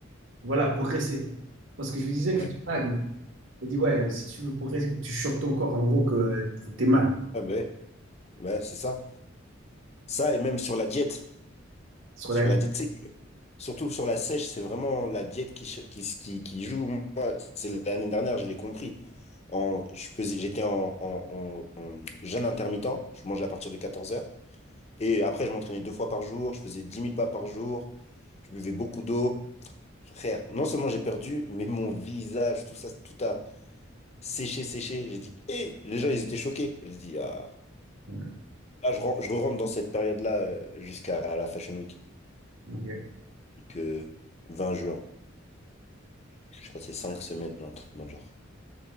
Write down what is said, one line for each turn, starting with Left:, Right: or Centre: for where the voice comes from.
Right: voilà, progresser. Parce que je lui disais
Left: ouais.
Right: que je stagne. Elle dit, ouais, si tu veux progresser, faut que tu chopes ton corps. En gros, que, euh, faut que tu aies mal
Left: Ah ben, ouais, ouais, c'est ça. Ça, et même sur la diète.
Right: sur
Left: Sur
Right: la durée.
Left: la diète sèche. Surtout sur la sèche, c'est vraiment la diète qui, ch- qui, qui, qui joue. Moi, c'est l'année dernière, je l'ai compris. En, je faisais, j'étais en, en, en- en jeûne intermittent. Je mangeais à partir de 14 heures. Et après, je m'entraînais deux fois par jour. Je faisais dix mille pas par jour. Je buvais beaucoup d'eau. Frère, non seulement j'ai perdu, mais mon visage, tout ça, tout a séché, séché. J'ai dit, hé, les gens, ils étaient choqués. J'ai dit, ah.
Right: Ouais,
Left: Là, je, ren- je rentre dans cette période-là euh, jusqu'à la Fashion Week,
Right: ok.
Left: donc euh, 20 juin. Je crois que c'est 5 semaines, un truc dans le genre.